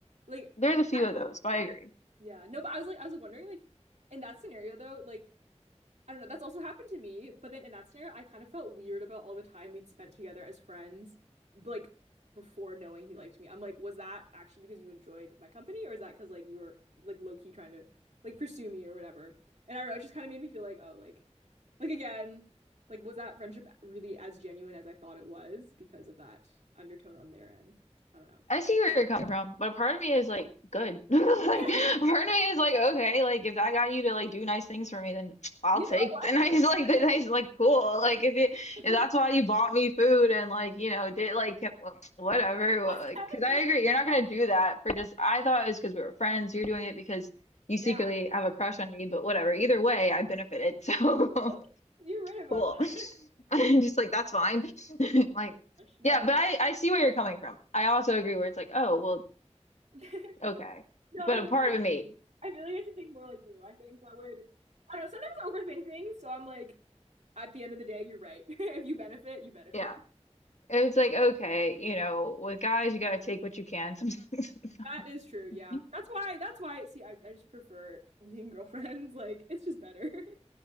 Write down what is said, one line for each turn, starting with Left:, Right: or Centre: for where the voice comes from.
Right: Like,
Left: there's
Right: I mean,
Left: a few
Right: I
Left: of those,
Right: would-
Left: but
Right: yeah,
Left: I agree.
Right: yeah. No, but I was like, I was like wondering, like, in that scenario though, like, I don't know, that's also happened to me. But then in that scenario, I kind of felt weird about all the time we'd spent together as friends, b- like before knowing he liked me. I'm like, was that actually because you enjoyed my company, or is that because like you were like low key trying to like pursue me or whatever? And I don't know, it just kind of made me feel like, oh, like, like again, like was that friendship really as genuine as I thought it was because of that undertone on their end? I don't know.
Left: I see where you're coming from, but a part of me is like, good. <laughs>
Right: <laughs>
Left: Like, a part of me is like, okay, like if that got you to like do nice things for me, then I'll
Right: You
Left: take
Right: know what?
Left: the <laughs> nice, like
Right: True.
Left: the nice, like cool. Like if it,
Right: <laughs>
Left: if that's why you bought me food and like, you know, did like kept- well, whatever. well,
Right: That's
Left: Like,
Right: kind
Left: cause
Right: of
Left: I
Right: genius.
Left: agree, you're not gonna do that for just, I thought it was because we were friends. You're doing it because you
Right: Yeah.
Left: secretly have a crush on me, but whatever. Either way, I benefited. So
Right: Okay. You're
Left: <laughs>
Right: right about
Left: cool.
Right: that.
Left: <laughs> I'm just like, that's fine. <laughs> Like,
Right: No,
Left: yeah,
Right: I
Left: but I, I see where you're coming from. I also agree where it's like, oh, well,
Right: <laughs>
Left: okay.
Right: no,
Left: But
Right: I feel
Left: a part
Right: like
Left: of me,
Right: I feel like I should think more like you. I think that would I don't know, sometimes I overthink things, so I'm like, at the end of the day, you're right. <laughs> If you benefit, you benefit.
Left: yeah. It's like, okay, you know, with guys, you gotta take what you can sometimes.
Right: That is true,
Left: <laughs>
Right: yeah. That's why that's why see I, I just prefer being girlfriends. <laughs> Like it's just better. <laughs>